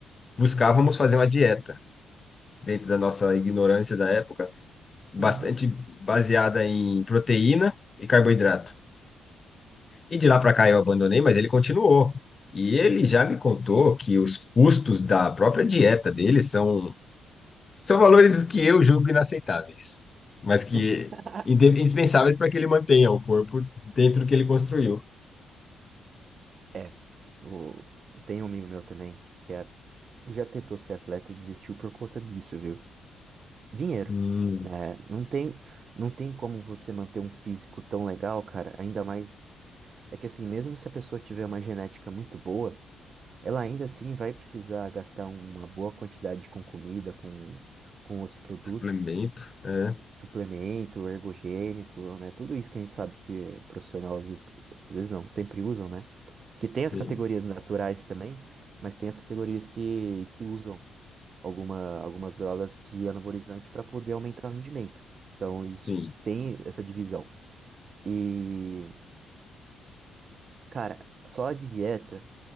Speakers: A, on the left; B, on the right.
A: buscávamos fazer uma dieta dentro da nossa ignorância da época, bastante
B: Uhum.
A: baseada em proteína e carboidrato. E de lá para cá eu abandonei, mas ele continuou. E ele já me contou que os custos da própria dieta dele são, são valores que eu julgo inaceitáveis, mas que
B: <laughs>
A: inde- indispensáveis para que ele mantenha o corpo dentro do que ele construiu.
B: É, o... tem um amigo meu também que é- já tentou ser atleta e desistiu por conta disso, viu? Dinheiro,
A: Hum,
B: né? Não tem, não tem como você manter um físico tão legal, cara. Ainda mais é que assim, mesmo se a pessoa tiver uma genética muito boa, ela ainda assim vai precisar gastar uma boa quantidade com comida, com, com outros produtos,
A: suplemento, é,
B: suplemento, ergogênico, né? Tudo isso que a gente sabe que o profissional às vezes, às vezes não, sempre usam, né? Porque tem
A: sim,
B: as categorias naturais também, mas tem as categorias que, que usam alguma, algumas drogas de anabolizante para poder aumentar o rendimento. Então, isso
A: sim.
B: tem essa divisão. E, cara, só a de dieta